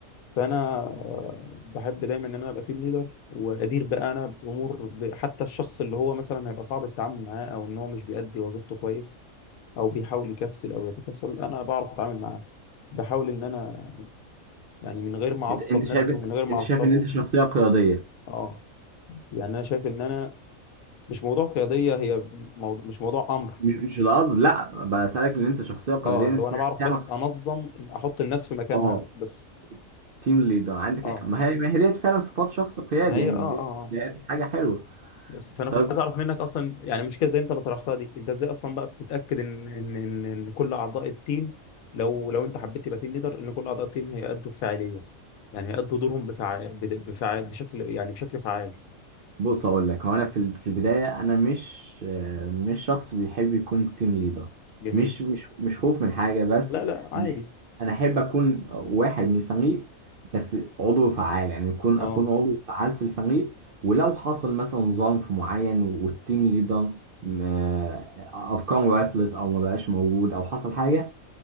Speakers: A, on the left; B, on the right.
A: فانا آه، بحب دايما ان انا ابقى تيم ليدر وادير بقى انا بامور ب- حتى الشخص اللي هو مثلا هيبقى صعب التعامل معاه او ان هو مش بيأدي وظيفته كويس او بيحاول يكسل او يتكسل انا بعرف اتعامل معاه بحاول ان انا يعني من غير ما اعصب
B: انت انت شايف
A: نفسي ومن غير ما
B: انت
A: اعصبه
B: شايف ان انت شخصيه قياديه
A: اه يعني انا شايف ان انا مش موضوع قياديه هي موضوع مش موضوع امر
B: مش مش القصد لا بسألك ان انت شخصيه قياديه
A: اه اللي
B: انت
A: هو انا بعرف
B: تعمل
A: بس انظم إن احط الناس في مكانها
B: اه
A: بس
B: تيم ليدر عندك
A: اه
B: يعني، ما هي ما هي ديت فعلا صفات شخص قيادي
A: ما هي
B: يعني
A: اه اه
B: ديت
A: آه.
B: ديت حاجه حلوه
A: بس فانا
B: طيب
A: كنت عايز اعرف منك اصلا يعني مشكله زي انت اللي طرحتها دي انت ازاي اصلا بقى بتتاكد ان ان ان, إن كل اعضاء التيم لو لو انت حبيت تبقى تيم ليدر ان كل اعضاء التيم هيأدوا بفاعليه يعني هيأدوا دورهم بفعال بفعال بشكل يعني بشكل فعال
B: بص اقول لك هو انا في ال- في البدايه انا مش آه، مش شخص بيحب يكون تيم ليدر
A: جميل
B: مش مش مش خوف من حاجه بس
A: لا لا عادي
B: انا انا احب اكون واحد من الفريق بس عضو فعال يعني يكون
A: اه
B: اكون عضو فعال في الفريق ولو حصل مثلا ظرف معين والتيم ليدر م- آه، افكاره عطلت او ما بقاش موجود او حصل حاجه